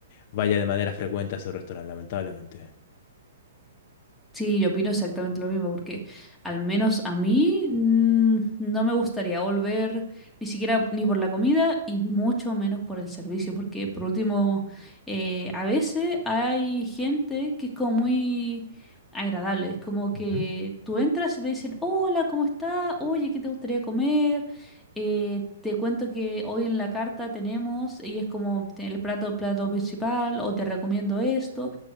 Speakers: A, on the left; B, in the centre.
A: vaya de manera frecuente a ese restaurante, lamentablemente.
B: Sí, yo opino exactamente lo mismo, porque al menos a mí mm, no me gustaría volver ni siquiera ni por la comida y mucho menos por el servicio, porque por último, eh, a veces hay gente que es como muy agradable, es como que
A: Ujú.
B: tú entras y te dicen, hola, ¿cómo está? Oye, ¿qué te gustaría comer? Eh, te cuento que hoy en la carta tenemos, y es como el plato, plato principal, o te recomiendo esto.